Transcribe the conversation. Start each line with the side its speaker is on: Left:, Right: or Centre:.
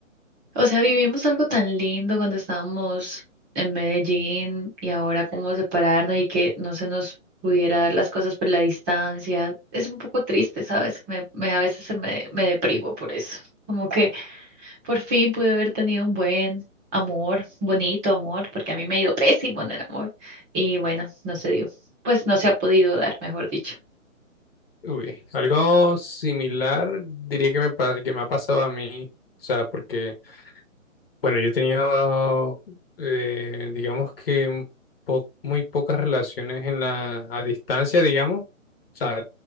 Right: O sea, vivimos algo tan lindo cuando estábamos en Medellín y ahora cómo separarnos y que no se nos pudiera dar las cosas por la distancia. Es un poco triste, ¿sabes? Me, me- a veces se me, me deprimo por eso. Como que por fin pude haber tenido un buen amor, bonito amor, porque a mí me ha ido pésimo en el amor. Y bueno, no se dio. Pues no se ha podido dar, mejor dicho.
Left: Uy, algo similar diría que me, pa- que me ha pasado a mí. O sea, porque, bueno, yo he tenido, eh, digamos que un po- muy pocas relaciones en la, a distancia, digamos. O sea,